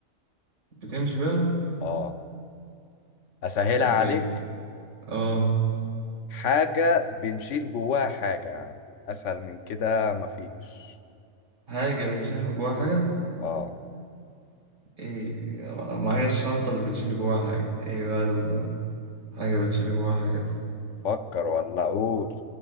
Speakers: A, on the right; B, on the left.
A: بتمشي بقى
B: اه أسهلها
A: طيب،
B: عليك
A: اه
B: حاجة بنشيل جواها حاجة يا عم أسهل من كده مفيش
A: حاجة بنشيل جواها حاجة
B: اه
A: ايه ما هي الشنطة اللي بنشيل جواها حاجة ايه بقى الحاجة بنشيل جواها حاجة دي
B: فكر ولا أقول